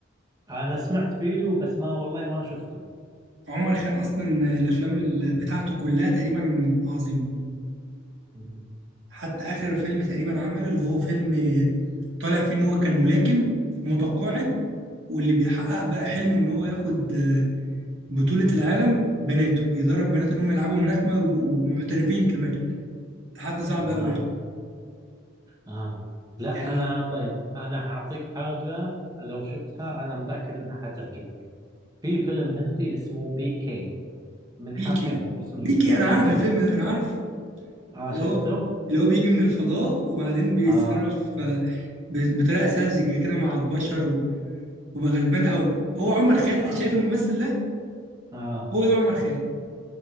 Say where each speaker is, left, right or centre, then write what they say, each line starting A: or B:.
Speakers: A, on the right; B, on the right.
A: انا سمعت فيه بس ما والله ما شفته
B: عمر خان اصلا الافلام ال- بتاعته كلها تقريبا عظيمه
A: مم.
B: حتى اخر فيلم تقريبا عمله اللي هو فيلم طالع فيه ان هو كان ملاكم متقاعد واللي بيحقق بقى حلمه ان هو ياخد بطولة العالم بناته بيدرب بناته ان هم يلعبوا ملاكمة ويبقوا محترفين كمان تحدي صعب
A: اها
B: قوي يعني
A: آه. لا
B: يعني لو
A: أنا طيب أنا هعطيك حاجة لو شفتها أنا متأكد إنها حتعجبك في فيلم هندي اسمه بي كي من
B: بيكي
A: حرفين هو اسمه
B: بيكي انا
A: بي
B: عارف
A: كي
B: الفيلم ده انا عارف
A: آه
B: اللي
A: شفته؟
B: هو اللي هو بيجي من الفضاء وبعدين بيتصرف
A: آه
B: آه، ب- بطريقه ساذجه كده مع البشر و- وبقى غلبان قوي هو عمر خيرت
A: آه
B: شايف الممثل ده
A: آه
B: هو ده عمر خيرت